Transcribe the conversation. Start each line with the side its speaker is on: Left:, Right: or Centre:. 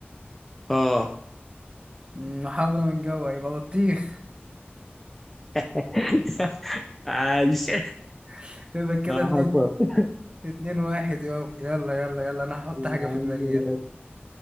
Centre: اه
Right: مم، وحمرا من جوا يبقى بطيخ
Centre: <laughs> عايش
Right: <laughs> يبقى كده
Centre: ما حصل
Right: اتنين اتنين واحد يابا يلا يلا يلا انا هحط
Centre: <laughs> يا
Right: حاجة في دماغي يلا
Centre: عم